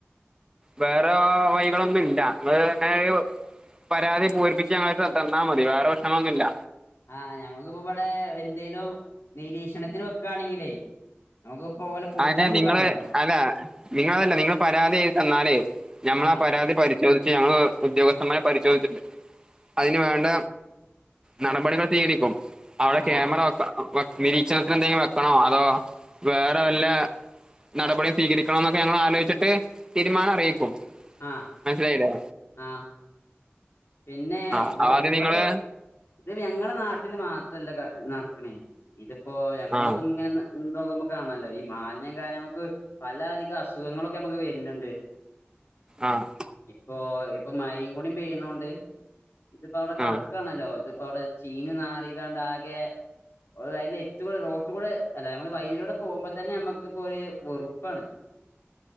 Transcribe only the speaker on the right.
വേറെ വൈകളൊന്നുംല്ല. ഇങ്ങള് ഇങ്ങനൊരു പരാതി പൂരിപ്പിച്ച് ഞങ്ങള്ടെത്ത് തന്നാമതി. വേറെ പ്രശ്നങ്ങളൊന്നുംയില്ല.
അഹ് ന്നെ
നിങ്ങള് അല്ല നിങ്ങളതല്ല നിങ്ങള് പരാതി എഴ്തിതന്നാല് ഞമ്മളാ
പരാതി പരിശോധിച്ച് ഞങ്ങള് ഉദ്യോഗസ്ഥന്മാരെ പരിശോധിച്ചിട്ട് അയിന് വേണ്ട നടപടികള് സ്വീകരിക്കും. അവ്ടെ
ക്യാമറ വേക്കാ വേ നിരീക്ഷണത്തിന് എന്തെങ്കിലും വെക്കണോ? അതോ വേ റവല്ല നടപടി സ്വീകരിക്കണോന്നൊക്കെ ഞങ്ങളാലോയ്ച്ചിട്ട് തീരുമാനം അറിക്കും.
മൻസ്സിലായിലേ.
ആ
ആദ്യം
നിങ്ങള്
ആ
ആഹ്!
ആ